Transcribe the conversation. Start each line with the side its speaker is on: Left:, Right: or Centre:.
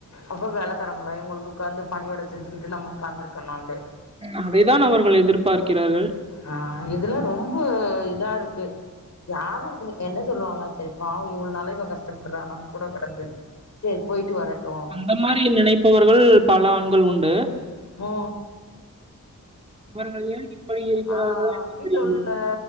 Left: அப்ப வேலக்காரங்களா இவுங்களுக்கு உட்காந்து பணியோட செஞ்சுக்கிட்டு நம்ம உக்காந்துருக்கணுன்ட்டு
Right: ம் அதைதான் அவர்கள் எதிர்பார்க்கிறார்கள்
Left: ஆ இதுலாம் ரொம்பொ இதா இருக்கு யாரும் என்ன சொல்லுவாங்க சரிப் பாவோ இவ்ளோ நாளும் இவ கஷ்டப்படுறா நம்ம கூட கடந்து சரி போயிட்டு
Right: உம்
Left: வரட்டு
Right: அந்த மாரி நினைப்பவர்கள் பல ஆண்கள் உண்டு
Left: ஓ
Right: அவர்கள் ஏன் இப்படி இருக்கிறார்கள்
Left: ஆ
Right: என்று
Left: வீட்ல
Right: தெரியவில்லை
Left: உள்ள